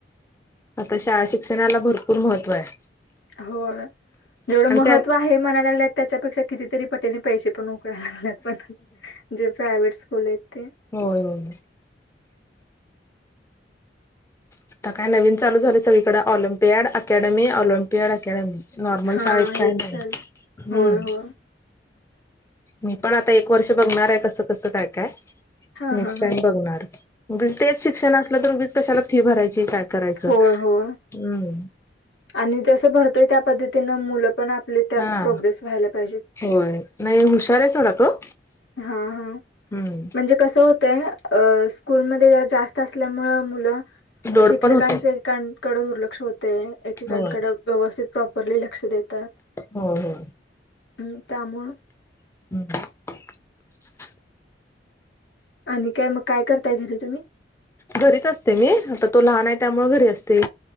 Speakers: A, on the left; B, on the left.
A: आता शाळा शिक्षणाला भरपूर महत्त्व आहे.
B: हो जेवढं
A: आणि
B: महत्व
A: त्या
B: आहे म्हणाय लागले त्याच्यापेक्षा कितीतरी पटेल पैसे पण.. ण जे प्रायवट स्कूल येत.. <inaudible>
A: होय होय आता काय नवीन चालू झाले सगळीकडे Olympiad academy Olympiad academy. Normal
B: हा
A: शाळेत
B: हेच
A: काही नाही
B: चालू
A: हम्म.
B: होय होय
A: मी पण आता एक वर्ष बघणार आहे कसं कसं काय काय.
B: हां
A: नेक्स्ट
B: हां हां
A: टाइम बघणारगी तेच शिक्षण असलं तर उगीच कशाला फी भरायची का... करायचं
B: होय होय
A: हम्म.
B: आणि जसं भरतोय त्या पद्धतीनं मुलं पण आपली त्यात
A: हा
B: प्रोग्रेस व्हायला पाहिजे.
A: होय नाही हुशार आहे सोडा तो
B: हा हा
A: हम्म
B: म्हणजे कसं हो ते स्कूलमध्ये जरा जास्त असल्यामुळं मुलं
A: लोड
B: शिक्षकांच
A: पण होतो
B: एकेकांकडे दुर्लक्ष होते एकेकांकडे
A: होय
B: व्यवस्थित प्रॉपरली लक्ष देतात
A: होय हो
B: हम् तामुं
A: अय
B: आणि काय मग काय करताय घेरी तुम्ही
A: घरीच असते मी आता तो लहान आहे त्यामुळे घरी असते